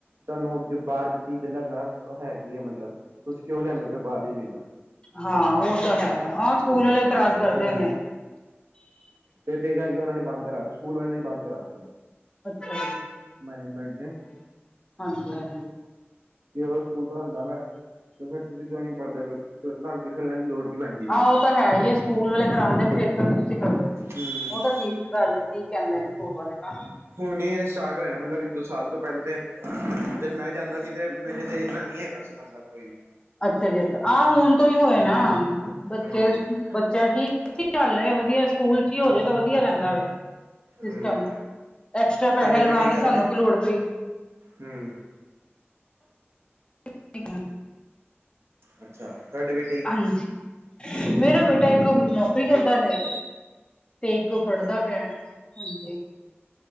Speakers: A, on the right; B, on the left.
A: ਤੁਹਾਨੂੰ ਅੱਗੇ ਬਾਹਰ ਦੀ ਚੀਜ਼ ਦੇ ਨਾਲ ਹੈ ਕਿ ਐ ਮਤਲਬ! ਤੁਸੀਂ ਕਿਉਂ ਲੈਂਦੇ ਪੇ ਔ ਬਾਹਰ ਦੀਆਂ ਚੀਜ਼ਾਂ।
B: ਹਾਂ ਉਹ ਤਾਂ ਹੈ, ਆਹ ਸਕੂਲ
A: ਹੂੰ
B: ਵਾਲੇ ਇਤਰਾਜ਼ ਕਰਦੇ
A: ਤੇ ਕਰਕੇ
B: ਨੇਂ।
A: ਤੇ ਇਸੇ ਕਰਕੇ ਉਹਨਾਂ ਨੇ ਬੰਦ ਕਰਾਤੇ, ਸਕੂਲ ਵਾਲੇ ਨੇ ਬੰਦ ਕਰਾਤੇ ਨੇ
B: ਅੱਛਾ ਜੀ,
A: ਮੈਨੇਜਮੈਂਟ ਨੇ
B: ਹਾਂਜੀ- ਹਾਂਜੀ
A: ਜਦੋਂ ਸਕੂਲ ਪੜਾਉਂਦਾ ਪਿਆ, ਤੇ ਫੇਰ ਤੁਸੀਂ ਕਿਉਂ ਨਹੀਂ ਪੜ੍ਹਦੇ ਪਏ, ਤੁਹਾਨੂੰ ਟਿਊਸ਼ਨ ਲੈਣ ਦੀ ਲੋੜ ਕੀ ਪੈਂਦੀ ਪਈ
B: ਹਾਂ ਉਹ ਤਾਂ ਹੈ ਹੀਏ, ਸਕੂਲ ਵਾਲੇ ਕਰਾਉਂਦੇ ਫਿਰ ਕਿਉਂ ਨਹੀਂ ਤੁਸੀ ਕਰਦੇ,
A: ਹਮ
B: ਉਹ ਤਾਂ ਠੀਕ ਗੱਲ ਕੀ ਕਹਿੰਦੇ ਨੇ, ਸਕੂਲ ਵਾਲੇ ਤਾਂ
A: ਹੁਣ ਹੀ ਇਹ ਸਟਾਰਟ ਹੋਏ ਨੇ ਮਤਲਬ ਇੱਕ ਦੋ ਸਾਲ ਤੋਂ ਪਹਿਲਾਂ ਤੇ, ਜਦ ਮੈਂ ਜਾਂਦਾ ਸੀ। ਤੇ ਮੇਰੇ ਤੇ ਇੰਨਾ ਨਹੀ ਹੈਗਾ ਸੀ, ਮਤਲਬ ਕੋਈ ਵੀ
B: ਅੱਛਾ ਜੀ ਅੱਛਾ, ਆਹ ਹੁਣ ਤੋਂ ਹੀ ਹੋਏ ਨਾ, ਬੱਚੇ
A: ਹਮ
B: ਬੱਚਿਆਂ ਠੀਕ ਗੱਲ ਹੈ ਵਧੀਆ ਸਕੂਲ 'ਚ ਹੀ ਹੋ ਜਾਏ, ਤਾਂ ਵਧੀਆ ਰਹਿੰਦਾ ਵ ਸਿਸਟਮ
A: ਹਮ
B: ਐਕਸਟਰਾ
A: ਤੁਹਾਡੇ
B: ਪੈਸੇ ਲਗਾਉਣ
A: ਬੇਟੇ
B: ਦੀ
A: ਕਰ
B: ਸਾਨੂੰ
A: ਰਹੇ ਨੇ
B: ਕੀ ਲੋੜ ਪਈ
A: ਹਮ।
B: <inaudible>
A: ਅੱਛਾ, ਤੁਹਾਡੇ ਵਿਚ।
B: ਹਾਂਜੀ, ਮੇਰਾ ਬੇਟਾ ਇੱਕ ਨੌਕਰੀ ਕਰਦਾ ਨੇ। ਇਕ ਪੜਦਾ
A: ਅੱਛਾ
B: ਪਿਆ, ਹਾਂਜੀ।